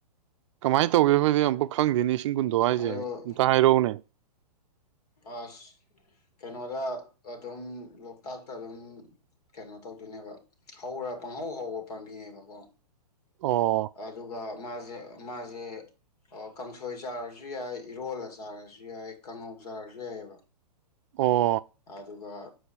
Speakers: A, on the right; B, on the left.
A: ꯀꯃꯥꯏꯅ ꯇꯧꯒꯦꯕꯣꯏꯗꯤ ꯑꯃꯨꯛ ꯈꯪꯗꯦꯅꯦ ꯏꯁꯤꯡ ꯀꯨꯟꯗꯣ ꯍꯥꯏꯁꯦ
B: ꯑꯗꯨ
A: ꯑꯝꯇ ꯍꯥꯏꯔꯛꯎꯅꯦ
B: ꯑꯁ ꯀꯩꯅꯣꯗ ꯑꯗꯨꯝ ꯂꯣꯛꯇꯥꯛꯇ ꯑꯗꯨꯝ ꯀꯩꯅꯣ ꯇꯧꯗꯣꯏꯅꯦꯕ ꯍꯧꯔ ꯄꯥꯡꯍꯧ ꯍꯧꯕ ꯄꯥꯝꯕꯤꯅꯦꯕꯀꯣ
A: ꯑꯣ
B: ꯑꯗꯨꯒ ꯃꯥ ꯃꯥꯁꯦ ꯀꯥꯡꯁꯣꯏ ꯆꯥꯔꯁꯨ ꯌꯥꯏ ꯏꯔꯣꯜꯂ ꯆꯥꯔꯁꯨ ꯌꯥꯏ ꯀꯥꯡꯉꯧ ꯆꯔꯁꯨ ꯌꯥꯏꯑꯕ
A: ꯑꯣ
B: ꯑꯗꯨꯒ